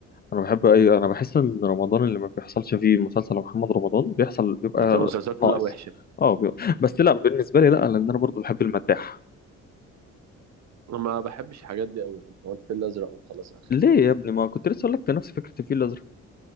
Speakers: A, on the left; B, on the right.
A: انا بحب اي انا بحس ان رمضان اللي ما بيحصلش فيه مسلسل محمد رمضان بيحصل بيبقى
B: بس المسلسلات كلها
A: ناقص
B: وحشة
A: اه بيبقى. بس لا بالنسبه لي لا لان انا برضو بحب المداح
B: أنا ما بحبش الحاجات دي أوي يعني هو الفيل الأزرق وخلاص آخر
A: ليه يا ابني ما كنت لسه اقول لك ده نفس فكره الفيل الازرق